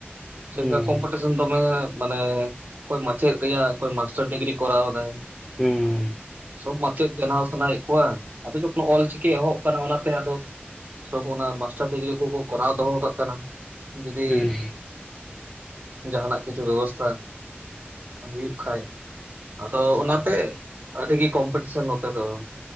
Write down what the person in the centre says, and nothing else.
ᱦᱩᱸ
ᱦᱩᱸ
ᱦᱩᱸ